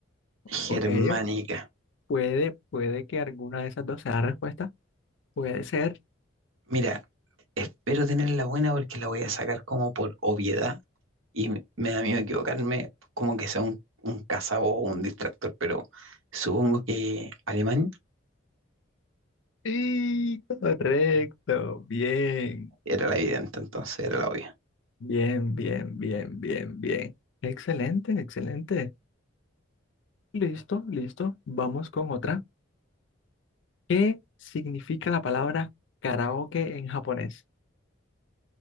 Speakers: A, on the left; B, on the right.
A: Ok,
B: Germánica.
A: ok. puede, puede que alguna de esas dos sea la respuesta. Puede ser.
B: Mira, espero tenerla buena porque la voy a sacar como por obviedad y me me da miedo equivocarme, como que sea un, un cazabo o un distractor, pero supongo que alemán
A: Y correcto, bien,
B: era la evidente, entonces era la obvia.
A: bien, bien, bien, bien, bien. Excelente, excelente. Listo, listo. Vamos con otra. ¿Qué significa la palabra karaoke en japonés?